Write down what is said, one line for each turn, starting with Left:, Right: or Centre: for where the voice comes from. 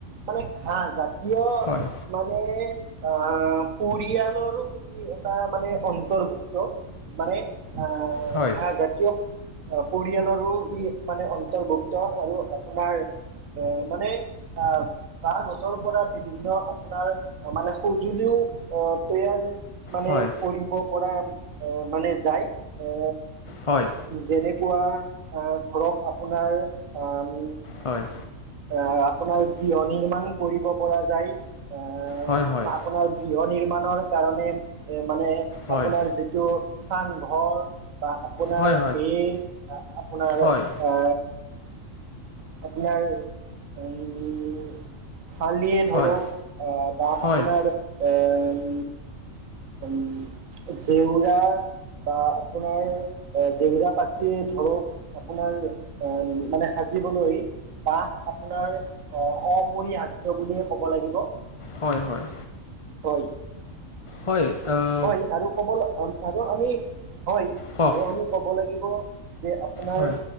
Right: মানে ঘাহ জাতীয়
Left: হয়
Right: মানে আ পৰিয়ালৰো ই এটা মানে অন্তৰ্ভুক্ত মানে আ
Left: হয়
Right: ঘাহ জাতীয় বুলি আ পৰিয়ালৰো ই মানে অন্তৰ্ভুক্ত আৰু আপোনাৰ মানে আ বাহ গছৰ পৰা বিভিন্ন আপোনাৰ অ মানে সঁজুলিও আহ তৈয়াৰ মানে
Left: হয়
Right: কৰিব পৰা এ মানে যায় এ
Left: হয়।
Right: যেনেকুৱা আ ধৰক আপোনাৰ আম
Left: হয়
Right: এ আপোনাৰ গৃহ নিৰ্মাণ কৰিব পৰা যায়, এ
Left: হয় হয়
Right: আপোনাৰ গৃহ নিৰ্মাণৰ কাৰণে এ মানে
Left: হয়
Right: আপোনাৰ যিটো চাংঘৰ বা আপোনাৰ
Left: হয় হয়
Right: বীৰ আ আপোনাৰ
Left: হয়
Right: আ আপোনাৰ উম চালিয়ে ধৰক
Left: হয় হয় হয়
Right: আহ বা
Left: হয়
Right: আপোনাৰ অম অম জেওৰা বা আপোনাৰ এ জেওৰা পাচি ধৰক আপোনাৰ এ মানে সাজিবলৈ বা আপোনাৰ অ অপৰিহাৰ্য্য বুলিয়ে ক'ব লাগিব।
Left: হয় হয়।
Right: হয়।
Left: হয় অ
Right: হয় আৰু ক'বলে অম অম আৰু আমি হয়
Left: কওক
Right: আৰু আমি ক'ব লাগিব যে আপোনাৰ
Left: হয়